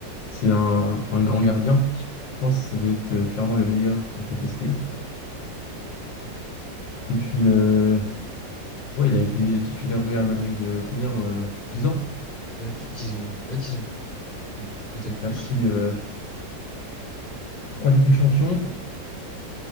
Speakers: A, on the left; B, on the left.
A: C'est un, un grand gardien. Je pense que ça doit être euh, clairement le meilleur à contester. Et puis, euh, ouais, il a été titulaire au Real Madrid euh, combien? euh, 10 ans.
B: Ouais, plus de 10 ans. Ouais, 10 ans, même peut-être peut-être plus.
A: Il a pris euh, 3 Ligues des Champions,